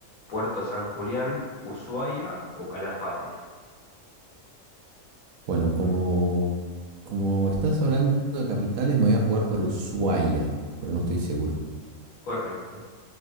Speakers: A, on the left (about 85°); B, on the right (about 85°).
A: Puerto San Julián, Ushuaia o Calafate?
B: Bueno, como, como estás hablando de capitales, me voy a jugar por Ushuaia, pero no estoy seguro.
A: Correcto.